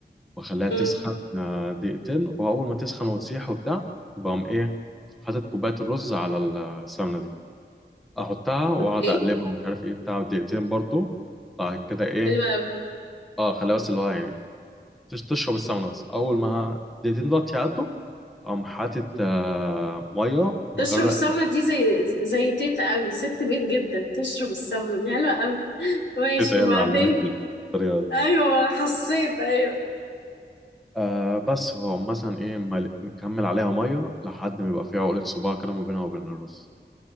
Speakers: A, in the centre; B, on the left.
A: واخليها تسخن
B: امم
A: آه، دقيقتين واول ما تسخن وتسيح وبتاع بقوم ايه حاطط كوبايه الرز على السمنه دي احطها واقعد
B: اوكي
A: اقلبها ومش عارف ايه بتاع دقيقتين برضو بعد كده ايه
B: حلوة أوي.
A: اه خليها بس اللي هو يعني تش- تشرب السمنه بس اول ما دقيقتين دول يعدوا اقوم حاطط آه ميه مغرق
B: تشرب السمنة دي زي زي تيتا قوي ست بيت جدا تشرب السمنة دي حلوة قوي <laughs> ماشي
A: التيتا هي
B: وبعدين
A: اللي علمتني الطريقه دي
B: ايوه حسيت ايوه
A: آه بس فهم مثلا ايه مل- مكمل عليها ميه لحد ما يبقى فيها عقله صباع كده ما بينها وبين الرز